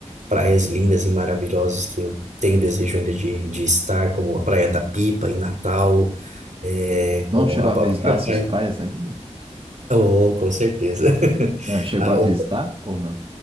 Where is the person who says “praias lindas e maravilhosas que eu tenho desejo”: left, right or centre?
Right